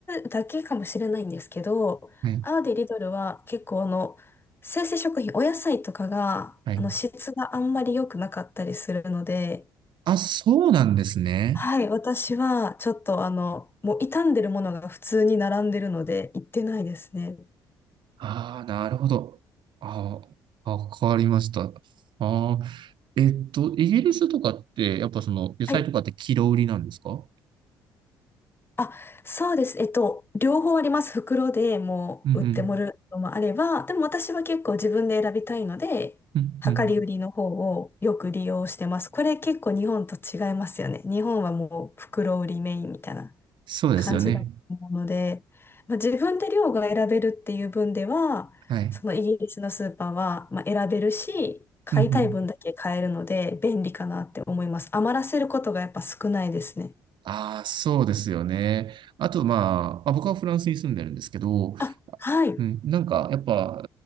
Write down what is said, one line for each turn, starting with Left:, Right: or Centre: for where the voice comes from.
Left: だけかもしれないんですけど、
Right: はい。
Left: アーディ・リドルは結構あの、生鮮食品、お野菜とかが、
Right: はい。
Left: あの、質があんまり良くなかったりするので、
Right: あ、そうなんですね。
Left: はい、私はちょっとあの、もう傷んでるものが普通に並んでるので、行ってないですね。
Right: ああ、なるほど。ああ、わかりました。ああ、えっと、イギリスとかって、やっぱその、野菜とかってキロ売りなんですか
Left: はいあ、そうです。えっと、両方あります。袋でもう売ってもらうのもあれば、
Right: うんうん。
Left: でも私は結構自分で選びたいので、
Right: うんうん。
Left: 量り売りの方をよく利用してます。これ結構日本と違いますよね。日本はもう袋売りメインみたいな
Right: そうですよね。
Left: 感じだと思うので、まあ、自分で量が選べるっていう分では、
Right: はい。
Left: そのイギリスのスーパーは、まあ、選べるし、買いたい分だけ買えるので便利かなって思います。
Right: うんうん。
Left: 余らせることがやっぱ少ないですね。
Right: ああ、そうですよね。あと、まあ、まあ僕はフランスに住んでるんですけど、
Left: あ、はい。
Right: うん、なんか、やっぱ、